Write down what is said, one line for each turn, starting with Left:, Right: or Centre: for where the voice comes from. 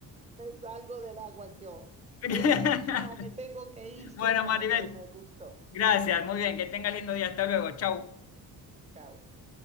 Right: Me Salgo del agua yo.
Left: <laughs>
Right: Bueno, chao, me tengo que ir, Stefano,
Left: Bueno, Maribel,
Right: pero me gustó.
Left: gracias. Muy bien, que tengas lindo día. Hasta luego. Chau.
Right: Chao.